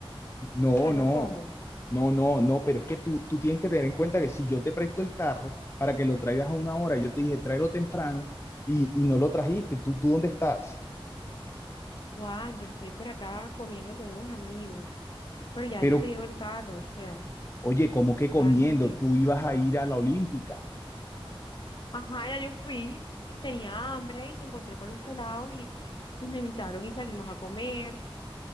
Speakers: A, on the left; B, on the left.
A: no,
B: sea,
A: no,
B: no como.
A: no, no, no, pero es que tú, tú tienes que tener en cuenta que si yo te presto el carro para que lo traigas a una hora, yo te dije tráelo temprano y, y no lo trajiste. ¿Tú, tú dónde estás?
B: Juan, yo estoy por acá comiendo con unos amigos. Pero ya
A: Pero,
B: yo te llevo el carro, o sea,
A: oye, ¿cómo que comiendo?
B: cálmate.
A: Tú ibas a ir a la Olímpica.
B: Ajá, ya yo fui y tenía hambre y me encontré con los pelados y, y me invitaron y salimos a comer.